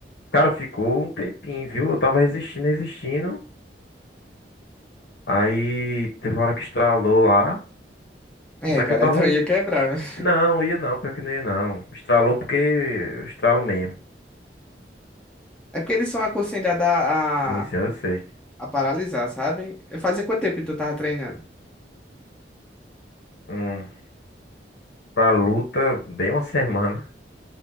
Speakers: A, on the left; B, in the centre.
A: Cara, ficou um tempinho, viu? Eu tava resistindo, resistindo. Aí teve uma hora que estralou lá.
B: É,
A: Só
B: cara,
A: que eu tava.
B: <laughs> então
A: resi-
B: ia quebrar. né?
A: Não, ia não, pior que não ia não. Estralou porque eu estralo mesmo.
B: É porque eles são aconselhados a,
A: Sim, sim,
B: a,
A: eu sei.
B: a paralisar, sabe? Fazia quanto tempo que tu tava treinando?
A: Um, pra luta, bem uma semana.